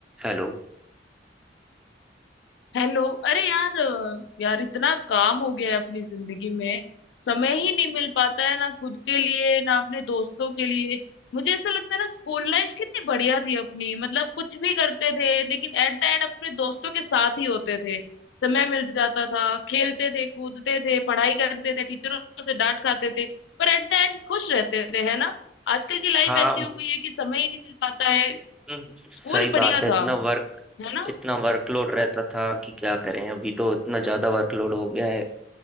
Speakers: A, in the centre; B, on the left.
A: Hello
B: Hello अरे यार अ, यार इतना काम हो गया है अपनी जिंदगी में समय ही नहीं मिल पाता है ना खुद के लिए ना अपने दोस्तों के लिए मुझे ऐसा लगता है ना स्कूल लाइफ कितनी बढ़िया थी अपनी मतलब कुछ भी करते थे लेकिन एट द एंड अपने दोस्तों के साथ ही होते थे समय मिल जाता था खेलते थे कूदते थे पढ़ाई करते थे टीचरों से डांट खाते थे पर एट द एंड खुश रहते थे है ना आजकल की लाइफ
A: हाँ
B: ऐसी हो गई है कि समय ही नहीं मिल पाता है
A: हम्म, सही
B: स्कूल बढ़िया
A: बात है इतना
B: था
A: वर्क
B: है ना
A: इतना वर्कलोड रहता था कि क्या करें अभी तो इतना ज्यादा वर्कलोड हो गया है